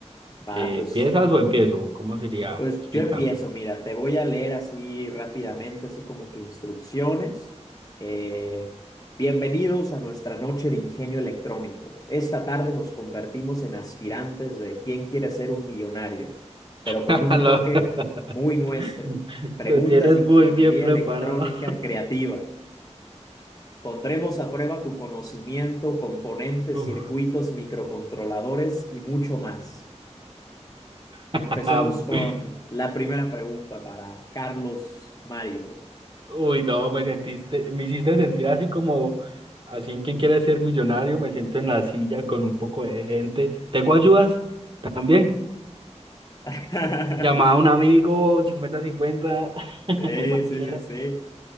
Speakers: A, on the left (about 30°); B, on the right (about 45°).
A: Va,
B: eh,
A: pues,
B: ¿empiezas o empiezo? ¿Cómo sería?
A: pues
B: Explícame.
A: yo empiezo, mira, te voy a leer así rápidamente, así como que instrucciones. Eh, bienvenidos a nuestra noche de ingenio electrónico. Esta tarde nos convertimos en aspirantes de quién quiere ser un millonario, pero con
B: <laughs>
A: un
B: Lo,
A: toque muy nuestro.
B: <laughs>
A: Preguntas
B: lo tienes
A: de ingeniería
B: muy bien preparado.
A: electrónica creativa. Pondremos a prueba tu conocimiento, componentes,
B: <laughs> Uf.
A: circuitos, microcontroladores y mucho más. Empecemos
B: <laughs>
A: con la primera pregunta para Carlos Mario.
B: Uy, no, me sentiste, me hiciste sentir así como, así en quien quiere ser millonario, me siento en la silla con un poco de gente. ¿Tengo ayudas? También.
A: <laughs>
B: Llamada a un amigo, cincuenta cincuenta <laughs>
A: Sí,
B: cualquiera.
A: sí, sí, sí.